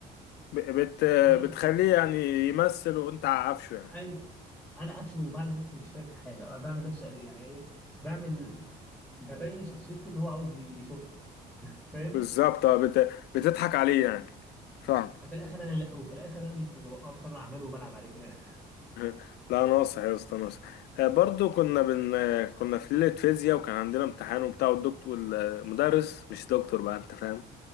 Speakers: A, on the left; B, in the centre.
A: ب- بت
B: أنا ب...
A: بتخليه يعني يمثل وانت عارفه يعني
B: أيوه أنا قفشه وبعمل نفسي مش فاهم حاجة أه، بعمل نفسي يعني إيه بعمل ببين شخصيته اللي هو عاوز ي- يشوفها <laughs> فاهم
A: بالظبط اه بت بتضحك عليه يعني فاهم
B: وفي الآخر أنا اللي- وفي الآخر أنا اللي بوقعه في شر أعماله وبلعب عليه في الآخر
A: <laughs> لا ناصح يا اسطى ناصح آه، برضو كنا بن آه، كنا في ليله فيزياء وكان عندنا امتحان وبتاع والدكتور والمدرس مش دكتور بقى انت فاهم